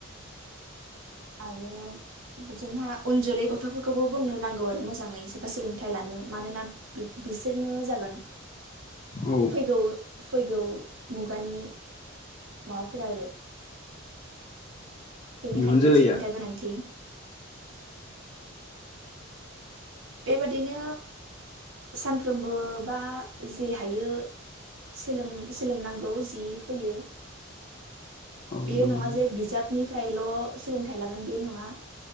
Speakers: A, on the right (about 80°); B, on the left (about 30°).
A: आरो जोंहा उन जोलै गथ'फोरखौबो बुंनो नांगौ आरो मोजाङै जेनबा सोलोंथाइ लानो मानोना बिसोरनो जागोन
B: औ
A: फैगौ फैगौ मुगानि माबाफोर आरो। बेनिखायनो
B: इयुन जोलैया
A: सोलोंथायआ गोनांथि। बेबादिनो सानफ्रोमबो बा जे हायो सोलोंनांगौ जि फैयो
B: औ
A: बे
B: नंगौ
A: नङा जे बिजाबनिफ्रायल' सोलोंथाइ लागोन बे नङा